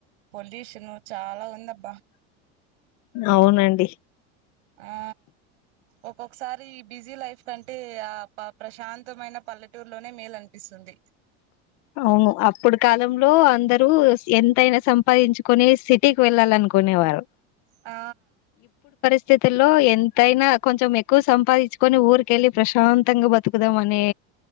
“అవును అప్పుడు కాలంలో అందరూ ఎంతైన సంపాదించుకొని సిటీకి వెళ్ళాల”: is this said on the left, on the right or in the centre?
Left